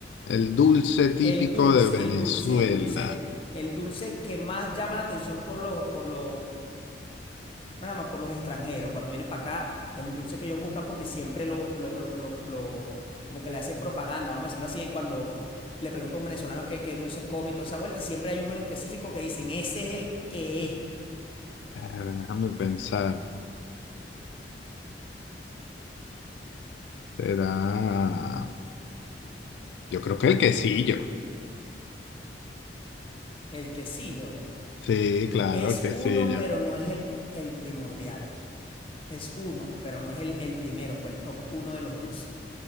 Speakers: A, on the left (about 75°); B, on the left (about 30°).
A: El dulce típico
B: El dulce,
A: de Venezuela.
B: el dulce, el dulce, el dulce que más llama la atención por los, por los, nada más por los extranjeros. Cuando vienen para acá, el dulce que ellos buscan, porque siempre lo, lo, lo, lo, lo- como que le hacen propaganda, vamos a decirlo así, cuando le pregunto a un venezolano qué, qué dulces come y toda esa vuelta, siempre hay uno en específico que dicen, ese es el que es,
A: Eh, déjame pensar. Será. Yo creo que el quesillo.
B: el quesillo.
A: Sí, claro,
B: Es
A: el quesillo.
B: uno, pero no es el, el primordial. Es uno, pero no es el, el primero, pues el top uno de los dulces.